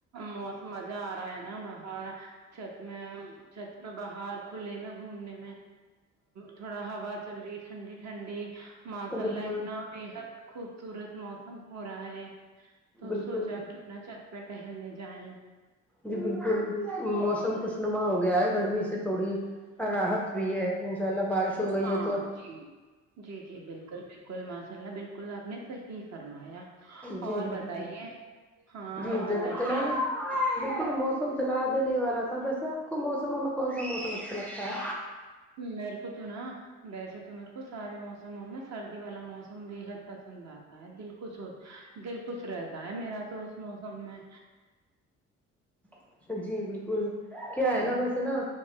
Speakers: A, on the right; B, in the centre.
A: موسم مزہ آ رہا ہے نا باہر چھت میں چھت پے باہر کھلے میں گھومنے تھوڑا ہوا چل رہی ہے ٹھنڈی ٹھنڈی ماشاء
B: تو
A: اللہ
B: بالکل
A: اتنا بےحد خوبصورت موسم ہو رہا ہے تو
B: بالکل
A: سوچہ کیوں نا چھت پے ٹہلنے جائے
B: جی بالکل موسم خوش نما ہو گیا ہے گرمی سے تھوڑی راحت بھی ہے ان شاء اللہ بارش ہو گئی
A: ہاں
B: ہے تو
A: جی جی جی بالکل بالکل بالکل ماشاء اللہ بالکل آپ نے صحیح فرمایا
B: جی
A: اور
B: بالکل
A: بتائیے ہاں
B: جی
A: اور
B: ج
A: بتائیے
B: جناب بالکل موسم چلا دینے والا تھا ویسے آپ کو موسموں میں کون سا موسم اچھا لگتا ہے
A: میرے کو تو نا ویسے تو میرے کو سارے موسموں میں سردی والا موسم بے حد پسند اتا ہے دل خوش دل خوش رہتا ہے میرا تو اس موسم میں
B: ہے جی بالکل کیا ہے نا ویسے نا